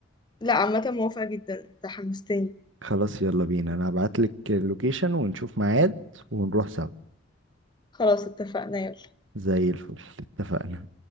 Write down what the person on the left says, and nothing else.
لا عامة موافقة جدا انت حمستني
خلاص اتفقنا يلا